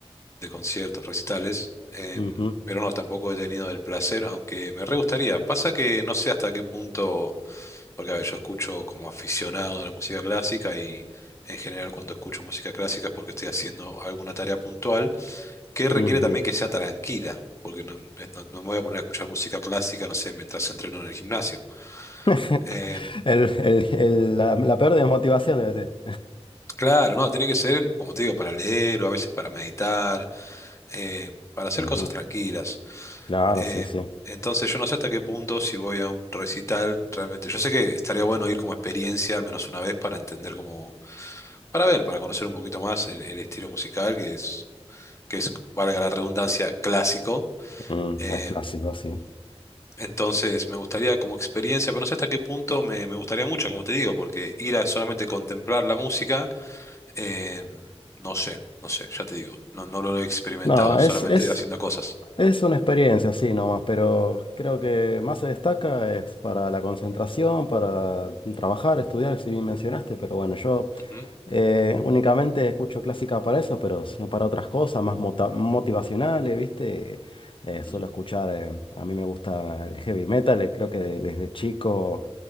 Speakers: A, on the left; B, on the left.
A: de conciertos, recitales, em,
B: Ujú.
A: pero no, tampoco he tenido el placer, aunque me re gustaría. Pasa que no sé hasta qué punto, porque a ver, yo escucho como aficionado de la música clásica y en general cuando escucho música clásica es porque estoy haciendo alguna tarea puntual. que
B: Ujú.
A: requiere también que sea tranquila, porque no, eh, no- no me voy a poner a escuchar música clásica, no sé, mientras entreno en el gimnasio.
B: <laughs>
A: Eh,
B: El- el- el- la, la peor desmotivación debe ser.
A: claro, no, tiene que ser, como te digo, para leer o a veces para meditar, eh,
B: <laughs>
A: para hacer
B: Ujú.
A: cosas tranquilas.
B: Claro,
A: Eh,
B: sí, sí.
A: entonces yo no sé hasta qué punto si voy a un recital, realmente, yo sé que estaría bueno ir como experiencia al menos una vez para entender cómo, para ver, para conocer un poquito más el, el estilo musical que es, que es, valga la redundancia, clásico.
B: Mm,
A: Em,
B: es clásico, sí.
A: Entonces, me gustaría como experiencia, pero no sé hasta qué punto me, me gustaría mucho, como te digo, porque ir a solamente contemplar la música, eh, no sé, no sé, ya te digo, no, no lo he experimentado,
B: No,
A: solamente
B: es, es,
A: haciendo cosas.
B: es una experiencia, sí, nomás, pero creo que más se destaca es para la concentración, para trabajar, estudiar, si bien mencionaste, pero bueno, yo
A: Ujú,
B: eh, únicamente escucho clásica para eso, pero no para otras cosas, más mota- motivacionales, ¿viste? Eh,
A: ujú,
B: suelo escuchar, eh, a mí me gusta el heavy metal, eh, creo que de- desde chico...